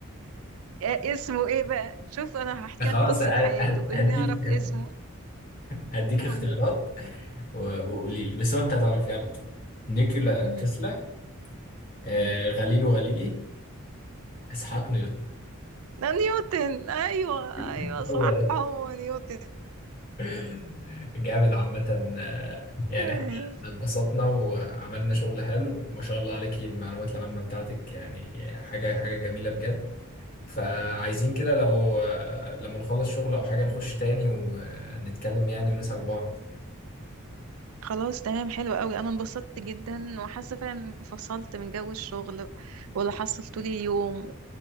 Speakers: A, on the right; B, on the left.
A: إيه اسمه ايه بقى شوف انا هحكي لك
B: خلاص
A: قصة
B: أ- أ-
A: حياته
B: هديك
A: اني اعرف اسمه
B: <laughs> هديك اختيارات
A: قولي
B: و- وقولي لي بس هو أنت هتعرفيه على طول نيكولا
A: مهم.
B: تسلا آه،
A: مم.
B: غاليلو غاليلي إسحاق نيوتن
A: ده نيوتن ايوه ايوه
B: <laughs>
A: صح
B: هو
A: هو نيوتن
B: <laughs> جامد عامة آه، يعني
A: تمام
B: احنا إحنا اتبسطنا وعملنا شغل حلو وما شاء الله عليكي المعلومات العامة بتاعتك يعني حاجة حاجة جميلة بجد فعايزين كده لو آه، لما نخلص شغل أو حاجة نخش تاني ونتكلم يعني ونسأل بعض
A: خلاص تمام حلو قوي انا انبسطت جدا وحاسه فعلا اني فصلت من جو الشغل ولا حصلت لي اليوم